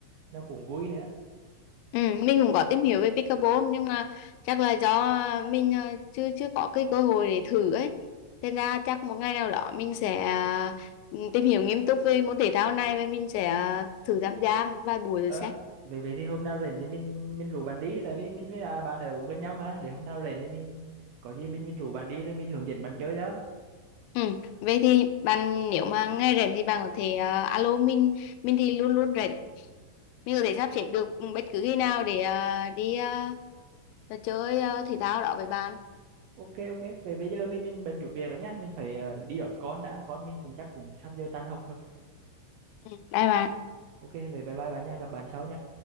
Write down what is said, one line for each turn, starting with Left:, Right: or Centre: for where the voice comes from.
Right: nó cũng vui nữa
Left: Ừ, mình cũng có tìm hiểu về pickleball nhưng mà chắc là do mình ờ, chưa chưa có cái cơ hội để thử ấy. Thế ra chắc một ngày nào đó mình sẽ ờ, tìm hiểu nghiêm túc về môn thể thao này và mình sẽ ờ, thử tham gia một vài buổi
Right: ờ
Left: rồi sẽ.
Right: vậy vậy thì hôm nào rảnh thì mình mình rủ bạn đi tại vì mình với à, bạn ở cũng gần nhau mà để hôm nào rảnh thì mình có gì mình mình rủ bạn đi rồi mình hướng dẫn bạn chơi đó
Left: Ừ, vậy thì bạn nếu mà ngày rảnh thì bạn có thể ờ, alo mình, mình thì luôn luôn rảnh. Mình có thể sắp xếp được bất cứ khi nào để ờ, đi ờ, chơi ờ, thể thao đó với bạn.
Right: ok ok về bây giờ mình mình bận chút việc rồi nhá mình phải ờ, đi đón con đã con mình cũng chắc cũng sắp giờ tan học rồi
Left: Ừ, bye bạn.
Right: ok về bye bye bạn nha gặp bạn sau nha